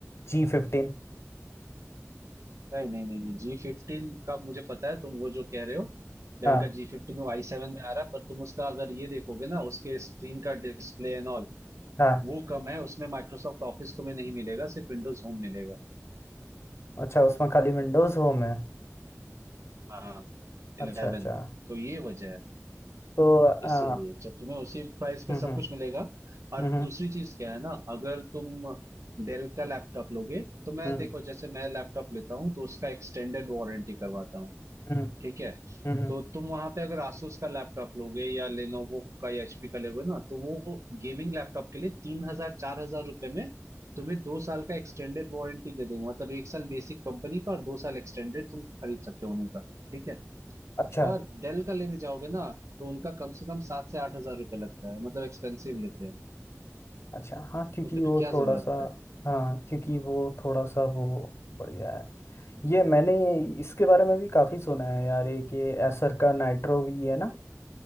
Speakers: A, on the left; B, on the right.
A: जी फिफ्टीन
B: नहीं नहीं नहीं नहीं जी फिफ्टीन का मुझे पता है तुम वो जो कह रहे हो डेल
A: हाँ
B: का जी फिफ्टीन वो आई सेवन में आ रहा है पर तुम उसका अगर ये देखोगे ना उसके स्क्रीन का डिस्प्ले एंड ऑल
A: हाँ
B: वो कम है उसमें माइक्रोसॉफ्ट ऑफिस तुम्हें नहीं मिलेगा सिर्फ विंडोज होम मिलेगा
A: अच्छा उसमें खाली विंडोज़ होम है
B: हाँ इलेवन
A: अच्छा अच्छा
B: तो ये वजह है
A: तो अ,
B: इसीलिए जब तुम्हें उसी प्राइस पे
A: हम्म
B: सब
A: हम्म
B: कुछ मिलेगा और
A: हम्म
B: दूसरी चीज क्या है ना अगर तुम डेल का लैपटॉप लोगे तो मैं
A: हम्म हम्म
B: देखो जैसे मैं लैपटॉप लेता हूँ तो उसका एक्सटेंडेड वारंटी करवाता हूँ
A: हम्म,
B: ठीक है
A: हम्म, हम्म,
B: तो तुम वहां पे अगर asus का लैपटॉप लोगे या लेनोवो का या hp का लोगे ना तो वो गेमिंग लैपटॉप के लिए तीन हजार चार हजार रुपए में तुम्हें दो साल का एक्सटेंडेड वारंटी दे देंगे मतलब एक साल बेसिक कंपनी का और दो साल एक्सटेंडेड तुम खरीद सकते हो उन्हीं का ठीक है
A: अच्छा
B: पर डेल का लेने जाओगे ना तो उनका कम से कम सात से आठ हजार रुपये लगता है मतलब एक्सपेंसिव लेते हैं
A: अच्छा हाँ क्योंकि
B: तो फिर
A: वो
B: क्या
A: थोड़ा
B: जरूरत
A: सा
B: है
A: हाँ क्योंकि वो थोड़ा सा वो बढ़िया है ये मैंने इसके बारे में भी काफ़ी सुना है यार एक ये एसर का नाइट्रो वी है ना